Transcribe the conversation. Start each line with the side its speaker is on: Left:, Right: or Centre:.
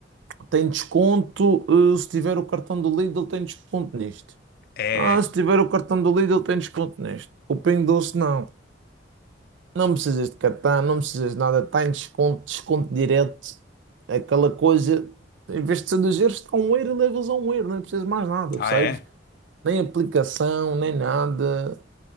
Right: tem desconto, eh, se tiver o cartão do Lidl tem desconto nisto.
Left: É.
Right: Ah,
Left: é.
Right: se tiver o cartão do Lidl, tem desconto neste. O Pingo Doce, não. Não precisas de cartão, não precisas de nada. Tem desconto, desconto direto. Aquela coisa, em vez de ser dois euros, está um euro e levas a um euro. Não precisas mais nada,
Left: Ah,
Right: percebes?
Left: é?
Right: Nem aplicação, nem nada.